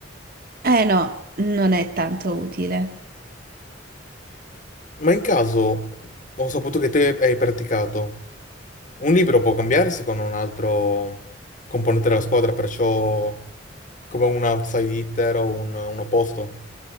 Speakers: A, on the right (about 50°); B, on the left (about 45°).
A: Eh no, non è tanto utile.
B: Ma in caso, ho saputo che te hai praticato, un libro può cambiarsi con un altro componente della squadra, perciò come un outside hitter o un, un opposto.